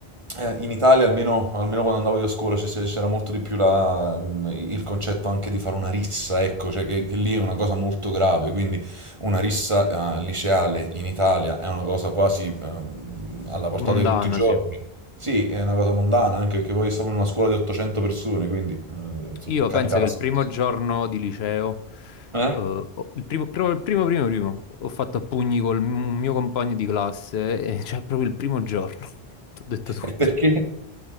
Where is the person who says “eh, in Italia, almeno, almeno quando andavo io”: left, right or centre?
Right